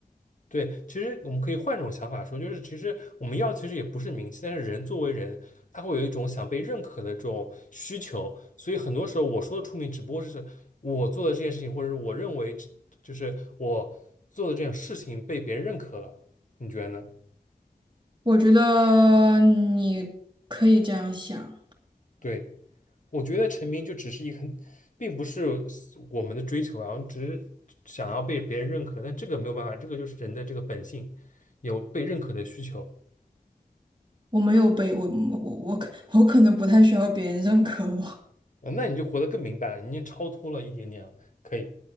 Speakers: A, on the left; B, on the right.
A: 对，其实我们可以换种想法说，就是其实我们要其实也不是名气，但是人作为人，他会有一种想被认可的这种需求，所以很多时候我说的出名，只不过是我做的这件事情，或者是我认为这就是我做的这种事情被别人认可了，你觉得呢？
B: 我觉得你可以这样想，
A: 对，我觉得成名就只是一个很，并不是我们的追求啊，我们只是想要被别人认可，但这个没有办法，这个就是人的这个本性，有被认可的需求。
B: 我没有被我我我可我可能不太需要别人认可我。
A: 啊那你就活得更明白了，你已经超脱了一点点了，可以，